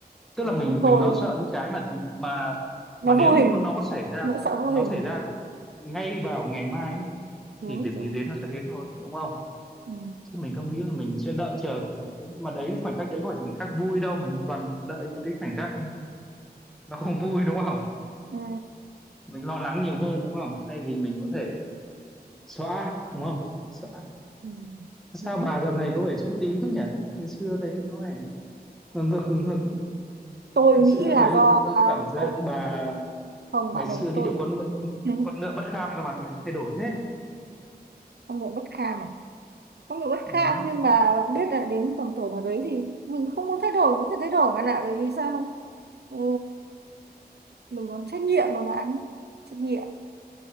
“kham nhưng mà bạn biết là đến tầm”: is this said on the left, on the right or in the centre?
Right